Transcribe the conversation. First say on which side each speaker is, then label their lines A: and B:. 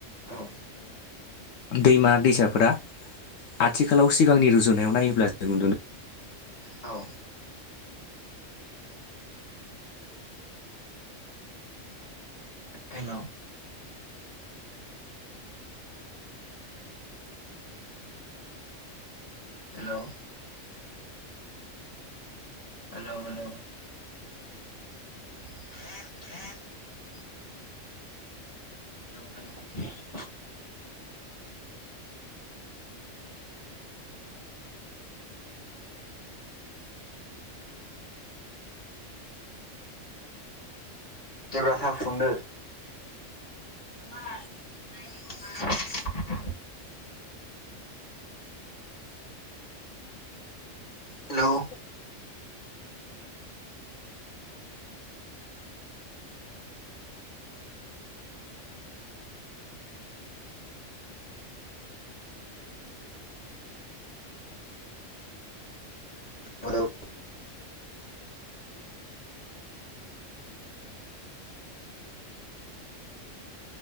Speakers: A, on the left; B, on the left.
A: औ
B: दैमा दैसाफोरा आथिखालाव सिगांनि रुजुन नायाव नायोब्ला जों नुनो
A: औ hello hello hello hello <inaudible> hello hello
B: <inaudible>
A: देब्रा सा फुदुंदो। <inaudible> हेलौ हेल'